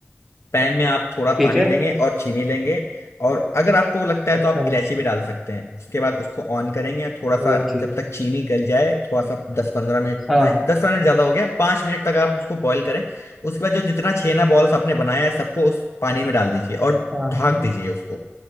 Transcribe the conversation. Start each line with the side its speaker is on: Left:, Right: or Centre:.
Left: पैन में आप थोड़ा
Centre: ठीक
Left: पानी
Centre: है।
Left: लेंगे और चीनी लेंगे और अगर आपको लगता है
Centre: अच्छा,
Left: तो आप इलायची भी डाल सकते हैं उसके बाद उसको ऑन करेंगे थोड़ा सा
Centre: इलायची।
Left: जब तक चीनी गल जाए थोड़ा सा दस पंद्रह मिनट
Centre: हाँ,
Left: नहीं दस मिनट ज़्यादा हो गया पाँच मिनट तक आप उसको बॉईल करें उसके बाद जो जितना छेना बॉल्स आपने बनाया है सबको उस पानी में डाल दीजिए और
Centre: हाँ,
Left: ढाक दीजिए उसको